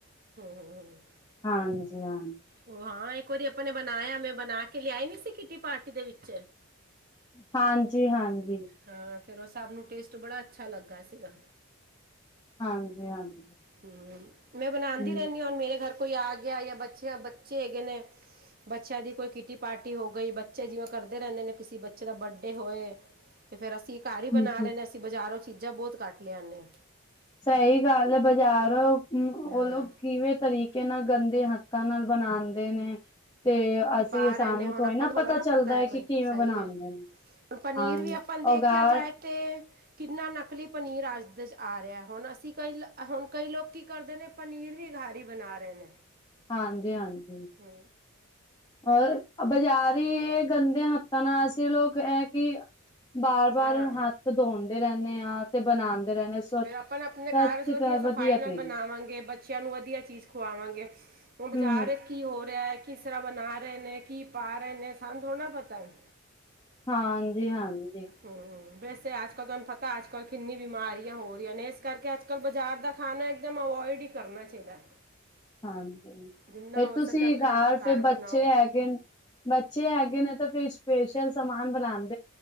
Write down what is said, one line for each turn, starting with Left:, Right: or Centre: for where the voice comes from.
Right: <unintelligible>
Left: ਹਾਂਜੀ ਹਾਂ
Right: ਉਹ ਹਾਂ ਇੱਕ ਵਾਰੀ ਆਪਾਂ ਨੇ ਬਣਾਇਆ ਮੈਂ ਬਣਾ ਕੇ ਲਿਆਈ ਨੀ ਸੀ ਕਿ ਕਿਟੀ ਪਾਰਟੀ ਦੇ ਵਿੱਚ
Left: ਹਾਂਜੀ ਹਾਂਜੀ
Right: ਹਾਂ ਫਿਰ ਉਹ ਸਭ ਨੂੰ ਟੇਸਟ ਬੜਾ ਅੱਛਾ ਲੱਗਾ ਸੀਗਾ
Left: ਹਾਂਜੀ ਹਾਂਜੀ
Right: ਹੂੰ ਮੈਂ ਬਣਾਉਂਦੀ
Left: ਹੂੰ
Right: ਰਹਿੰਦੀ ਹਾਂ ਹੁਣ ਮੇਰੇ ਘਰ ਕੋਈ ਆ ਗਿਆ ਜਾਂ ਬੱਚੇ ਬੱਚੇ ਹੈਗੇ ਨੇ ਬੱਚਿਆਂ ਦੀ ਕੋਈ ਕਿਟੀ ਪਾਰਟੀ ਹੋ ਗਈ ਬੱਚੇ ਜਿਵੇਂ ਕਰਦੇ ਰਹਿੰਦੇ ਨੇ ਕਿਸੇ ਬੱਚੇ ਦਾ ਬਰਡੇ ਹੋਏ ਤੇ ਫੇਰ ਅਸੀ ਘਰ ਹੀ ਬਣਾ
Left: ਹੂੰ
Right: ਲੈਂਦੇ ਹਾਂ ਅਸੀਂ ਬਾਜ਼ਾਰੋਂ ਚੀਜ਼ਾਂ ਬਹੁਤ ਘਟ ਲਿਆਦੇ ਆ
Left: ਸਹੀ ਗੱਲ ਹੈ ਬਜ਼ਾਰ ਉਨੂੰ
Right: ਹਾਂ
Left: ਕਿਵੇਂ ਤਰੀਕੇ ਕੇ ਨਾ ਗੰਦੇ ਹੱਥਾਂ ਨਾਲ ਬਣਾਉਂਦੇ ਨੇ ਤੇ
Right: ਕੀ
Left: ਅਸੀਂ
Right: ਪਾ
Left: ਸਾਨੂੰ
Right: ਰਹੇ ਨੇ ਹੁਣ
Left: ਥੋੜ੍ਹੀ
Right: ਆਪਾਂ ਨੂੰ ਥੋੜਾ ਨਾ ਪਤਾ
Left: ਚੱਲਦਾ
Right: ਹੈ
Left: ਕਿ
Right: ਕੋਈ
Left: ਕਿਵੇਂ
Right: ਸਈ
Left: ਬਣਾਉਂਦੇ
Right: ਏ
Left: ਨੇ
Right: ਹੁਣ ਪਨੀਰ
Left: ਹਾਂਜੀ
Right: ਵੀ ਆਪਾਂ ਨੂੰ ਦੇਖਿਆ
Left: ਉਗਾਰ
Right: ਜਾਏ ਤੇ ਕਿੰਨਾ ਨਕਲੀ ਪਨੀਰ ਅੱਜ ਦੇ ਚ ਆ ਰਿਹਾ ਹੁਣ ਅਸੀਂ ਕਈ ਹੁਣ ਕਈ ਲੋਕ ਕਰਦੇ ਨੇ ਪਨੀਰ ਵੀ ਘਰ ਈ ਬਣਾ ਰਹੇ ਨੇ
Left: ਹਾਂਜੀ ਹਾਂਜੀ
Right: ਹੂੰ
Left: ਔਰ ਬਾਜ਼ਾਰੀ ਇਹ ਗੰਦੇ ਹੱਥਾਂ ਨਾਲ ਅਸੀ ਲੋਕ ਏ ਕਿ ਬਾਰ ਬਾਰ
Right: ਹਾਂ
Left: ਹੱਥ ਧੋਨਦੇ ਰਹਿੰਦੇ ਆ ਤੇ ਬਣਾਉਂਦੇ ਰਹਿੰਦੇ
Right: ਫਿਰ ਆਪਾਂ ਆਪਣੇ
Left: ਸਵੱਛ
Right: ਘਰ ਵਿੱਚ ਵਧੀਆ ਸਫਾਈ
Left: ਤਰੀਕੇ
Right: ਨਾਲ ਬਣਾਵਾਂਗੇ ਬੱਚਿਆਂ ਨੂੰ ਵਧੀਆ ਚੀਜ਼ ਖਵਾਵਾਂਗੇ ਹੁਣ ਬਾਜ਼ਾਰ
Left: ਹਮ
Right: ਕੀ ਹੋ ਰਿਹਾ ਹੈ ਕਿਸ ਤਰ੍ਹਾਂ ਬਣਾ ਰਹੇ ਨੇ ਕੀ ਪਾ ਰਹੇ ਨੇ ਸਾਨੂੰ ਥੋੜਾ ਨਾ ਪਤਾ ਹੈ
Left: ਹਾਂਜੀ ਹਾਂਜੀ
Right: ਹੂੰ ਵੈਸੇ ਅੱਜ ਕੱਲ ਤੁਹਾਨੂੰ ਪਤਾ ਅੱਜ ਕੱਲ੍ਹ ਕਿੰਨੀ ਬਿਮਾਰੀਆਂ ਹੋ ਰਹੀਆਂ ਨੇ ਇਸ ਕਰਕੇ ਅੱਜ ਅੱਜ ਕੱਲ੍ਹ ਬਾਜ਼ਾਰ ਦਾ ਖਾਣਾ ਇੱਕਦਮ ਅਵੋਇਡ ਈ ਕਰਨਾ ਚਾਹੀਦਾ
Left: ਹਾਂਜੀ
Right: ਜਿੰਨਾ
Left: ਫਿਰ
Right: ਹੋ
Left: ਤੁਸੀਂ
Right: ਸਕੇ ਆਪਣੇ
Left: ਘਰ ਫਿਰ ਬੱਚੇ
Right: ਬਣਾਓ
Left: ਹੈਗੇ ਬੱਚੇ ਹੈਗੇ ਨੇ ਤਾਂ ਫੇਰ ਸਪੈਸ਼ਲ ਸਮਾਨ ਬਣਾਉਣ